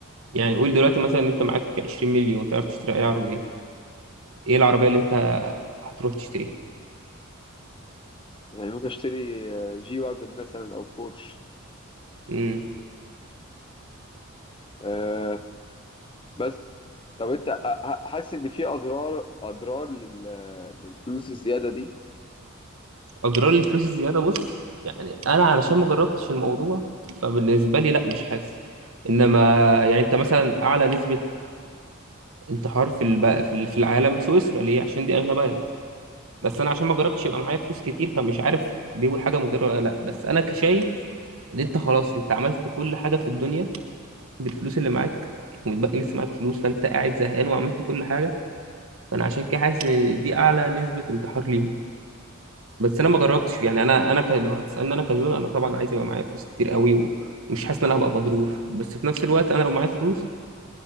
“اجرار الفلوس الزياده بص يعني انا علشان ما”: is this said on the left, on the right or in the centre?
Right